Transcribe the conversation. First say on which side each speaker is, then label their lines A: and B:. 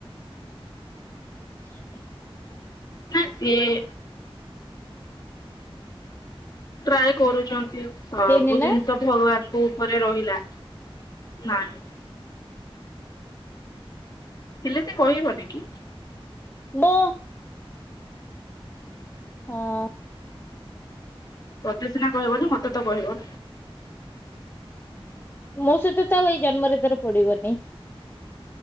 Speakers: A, on the left; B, on the left.
A: <inaudible>
B: ନା ସିଏ ଟ୍ରାଏ କରୁଛନ୍ତି। ସବୁ
A: ହେଇନି ନା
B: ଜିନିଷ ଭଗବାନଙ୍କ ଉପରେ ରହିଲା ନାଇଁ। ହେଲେ ସେ କହିବନି କି।
A: ମୁଁ। ହଁ।
B: ପ୍ରତି ସିନା କହିବନି ମତେ ତ କହିବ।
A: ମୋ ସହିତ ତ ଆଉ ଏଇ ଜନ୍ମରେ ତାର ପଡିବନି।